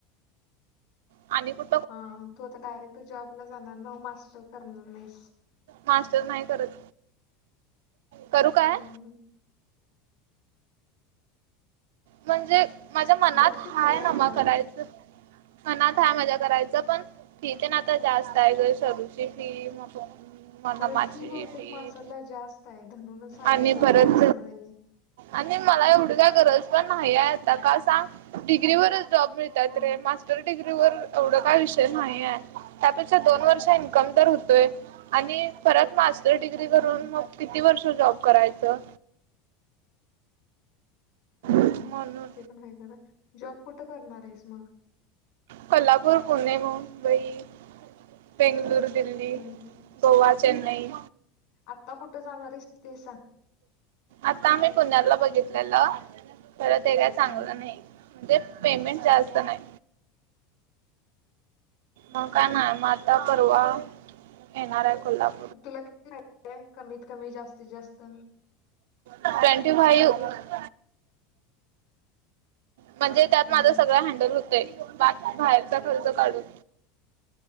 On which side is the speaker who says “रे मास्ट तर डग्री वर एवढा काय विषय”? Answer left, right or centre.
Right